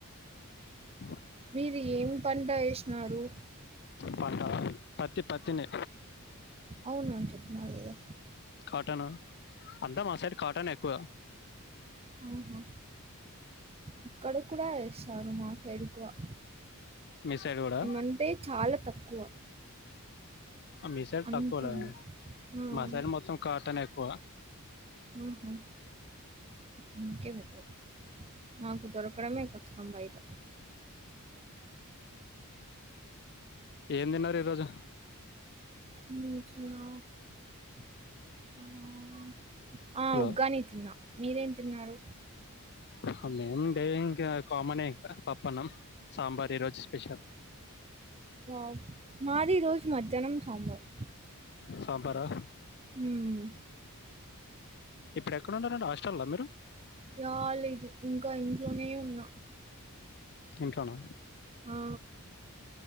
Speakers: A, on the left; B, on the right.
A: <inaudible>
B: మీరు ఏం పంట ఎసీనారు
A: పంట పత్తి పత్తినే
B: అవును అని చెప్తున్న కదా
A: కాటన అంతా మా సైడ్ కాటనె ఎక్కువ
B: ఆహా ఇక్కడ కూడా వేస్తారు మా <unintelligible>
A: మీ సైడ్ కూడా
B: ఏమంటే చాల తక్కువ
A: మిసైడ్
B: అంత
A: తక్కువ లే
B: ఉండదు ఆ
A: మసైడ్ మొత్తం కాటనే ఎక్కువ
B: ఉహు అందుకే బెటర్ నాకు దొరకడమే కష్టం బైట
A: ఏం తిన్నారు ఈరోజు
B: <unintelligible> ఆ ఆ
A: హలో
B: ఉగ్గాని తిన్నా మీరేం తిన్నారు
A: అహ మేము డే ఇంకా కామనే ఇంక పప్పనం, సాంబార్ ఈరోజు స్పెషల్
B: వావ్ మాది రోజు మధ్యాహ్నం సాంబార్
A: సాంబారా
B: హ్మ్
A: ఇప్పుడెక్కడున్నారండి హాస్టల్ల మీరు
B: రాలేదు ఇంక ఇంట్లోనే ఉన్నా
A: ఇంట్లోన
B: ఆ